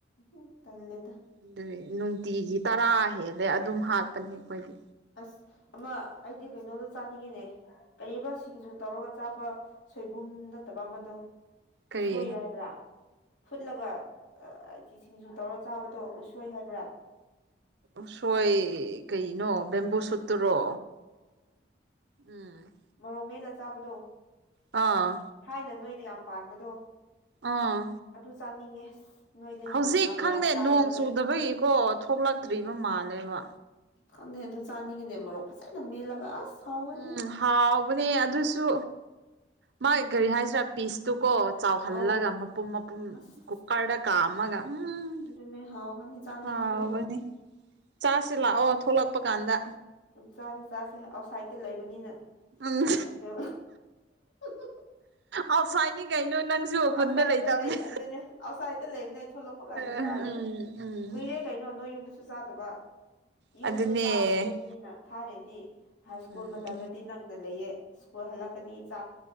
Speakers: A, on the left; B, on the right.
A: ꯎꯝ ꯇꯜꯂꯦꯗ
B: ꯑꯗꯨꯒꯤ ꯅꯨꯡꯇꯤꯒꯤ ꯇꯔꯥ ꯍꯦꯜꯂꯦ ꯑꯗꯨꯝ ꯍꯥꯠꯄꯅꯦ ꯑꯩꯈꯣꯏꯗꯤ
A: ꯑꯁ ꯑꯃ ꯑꯩꯗꯤ ꯀꯩꯅꯣꯗꯣ ꯆꯥꯅꯤꯡꯉꯤꯅꯦ ꯀꯔꯤꯕ ꯁꯤꯡꯖꯨ ꯇꯧꯔꯒ ꯆꯥꯕ ꯁꯣꯏꯕꯨꯝ ꯅꯠꯇꯕ ꯑꯃꯗꯣ
B: ꯀꯔꯤ
A: ꯎꯁꯣꯏ ꯍꯥꯏꯕ꯭ꯔꯥ ꯐꯨꯠꯂꯒ ꯍꯥꯏꯗꯤ ꯁꯤꯡꯖꯨ ꯇꯧꯔ ꯆꯥꯕꯗꯣ ꯎꯁꯣꯏ ꯍꯥꯏꯕ꯭ꯔꯥ
B: ꯎꯁꯣꯏ ꯀꯩꯅꯣ ꯕꯦꯝꯕꯨ ꯁꯨꯠꯇꯨꯔꯣ ꯎꯝ
A: ꯃꯣꯔꯣꯛ ꯃꯦꯠꯂ ꯆꯥꯕꯗꯣ
B: ꯑꯥ
A: ꯊꯥꯏꯅ ꯅꯣꯏꯗ ꯌꯥꯝ ꯄꯥꯟꯕꯗꯣ
B: ꯑꯥ
A: ꯑꯗꯨ ꯆꯥꯅꯤꯡꯉꯦ ꯅꯣꯏꯗ
B: ꯍꯧꯖꯤꯛ
A: ꯍꯥꯟ ꯍꯥꯟꯅ
B: ꯈꯪꯗꯦ
A: ꯌꯥꯝ ꯆꯥꯔꯝꯕꯗꯣ
B: ꯅꯣꯡ ꯆꯨꯗꯕꯒꯤꯀꯣ ꯊꯣ ꯊꯣꯛꯂꯛꯇ꯭ꯔꯤꯕ
A: ꯎꯝ
B: ꯃꯥꯜꯂꯦꯕ
A: ꯈꯪꯗꯦ ꯑꯗꯨ ꯆꯥꯅꯤꯡꯉꯤꯅꯦ ꯃꯣꯔꯣꯛ ꯐꯖꯅ ꯃꯦꯠꯂꯒ ꯑꯁ ꯍꯥꯎꯒꯅꯤꯍꯦ
B: ꯎꯝ ꯍꯥꯎꯕꯅꯦ ꯑꯗꯨꯁꯨ ꯃꯥꯒꯤ ꯒꯥꯔꯤ ꯍꯥꯏꯁꯤꯔꯥ ꯄꯤꯁꯇꯨꯀꯣ ꯆꯥꯎꯍꯜꯂꯒ
A: ꯑꯧ
B: ꯃꯄꯨꯝ ꯃꯄꯨꯝ
A: ꯑꯁ
B: ꯀꯨꯀꯔꯗ ꯀꯥꯝꯃꯒ ꯎꯝ
A: ꯑꯗꯨꯅꯦ ꯍꯥꯎꯒꯅꯤ ꯆꯥꯅꯤꯡꯕꯗꯨꯕꯨ
B: ꯍꯥꯎꯕꯅꯤ ꯆꯥꯁꯤ ꯂꯥꯛꯑꯣ ꯊꯣꯛꯂꯛꯄꯀꯥꯟꯗ
A: ꯎꯨ ꯆꯥꯁꯦ ꯆꯥꯁꯦ ꯑꯥꯎꯠꯁꯥꯏꯗꯇ ꯂꯩꯕꯅꯤꯅ
B: ꯎꯝ
A: ꯑꯗꯨ <unintelligible>
B: ꯑꯥꯎꯠꯁꯥꯏꯠꯅꯤ ꯀꯩꯅꯣ ꯅꯪꯁꯨ
A: ꯑꯥꯎꯠꯁꯥꯏꯗꯠꯇ
B: ꯈꯨꯟꯗ ꯂꯩꯇꯕꯅꯤ
A: ꯂꯩ ꯑꯗꯨꯅꯦ ꯑꯥꯎꯠꯁꯥꯏꯗꯠꯇ ꯂꯩꯕꯅꯦ ꯑꯩ ꯊꯣꯛꯂꯛꯄꯀꯥꯟꯗ ꯆꯥꯔꯁꯦ
B: ꯎꯝ ꯎꯝ
A: ꯀꯨꯏꯔꯦ ꯀꯩꯅꯣ ꯅꯣꯏ ꯌꯨꯝꯗꯨꯁꯨ ꯆꯥꯗꯕ ꯌꯨꯝꯗꯣ
B: ꯑꯗꯨꯅꯦ
A: ꯂꯥꯞꯂꯕꯅꯤꯅ ꯊꯥꯔꯦꯗꯤ ꯍꯥꯏ ꯁ꯭ꯀꯨꯜ
B: ꯎꯝ
A: ꯃꯇꯝꯗꯗꯤ ꯅꯛꯅ ꯂꯩꯌꯦ ꯁ꯭ꯀꯨꯜ ꯍꯜꯂꯛꯀꯅꯤ ꯆꯥꯛ